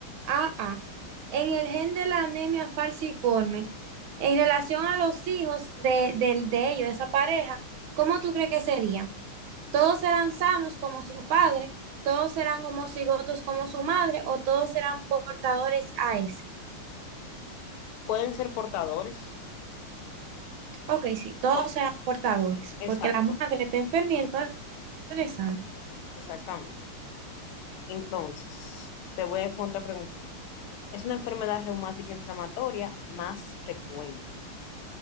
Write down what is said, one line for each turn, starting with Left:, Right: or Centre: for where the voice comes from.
Right: AA, en el gen de la anemia falciforme, en relación a los hijos de, de, de ellos, de esa pareja, ¿cómo tú crees que serían? ¿Todos serán sanos como su padre? ¿Todos serán homocigotos como su madre? ¿O todos serán portadores AS?
Left: Pueden ser portadores.
Right: Ok, sí, todos
Left: Co-
Right: serán portadores, porque
Left: Exacto,
Right: la madre está enferma y el padre es sano.
Left: exactamente. Entonces, te voy a hacer otra preguntita. Es una enfermedad reumática inflamatoria más frecuente.